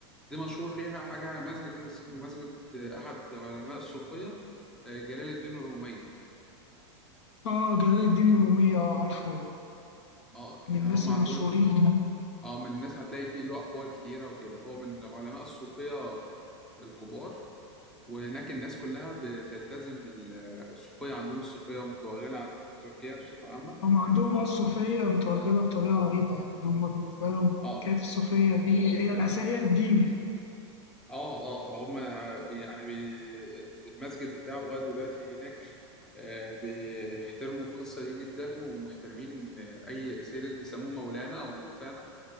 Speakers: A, in the centre; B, on the left (about 70°).
A: دي مشهور فيها حاجه مسجد اسمه مسجد آه، احد علماء الصوفيه آه، جلال الدين الرومي
B: اه جلال الدين الرومية اه عارفه
A: اه ك-
B: من
A: هم
B: الناس
A: عندهم
B: المشهورين
A: اه من الناس هتلاقي فيه له أقوال كتيرة وكده هو من علماء الصوفية الكبار وهناك الناس كلها بتلتزم بالصوفية عندهم الصوفية متوغلة عند- في تركيا بصفة عامة
B: هم عندهم بقى الصوفية متوغلة بطريقة رهيبة يعني هم بالنسبة لهم
A: اه
B: حكاية الصوفية دي هي الأساسية الدين يعني
A: اه اه فهم بي- يعني بي المسجد بتاعه لغاية دلوقتي هناك آه، بيحترموا القصة دي جدا ومحترمين أي سيرة بيسموه مولانا أو ملفانا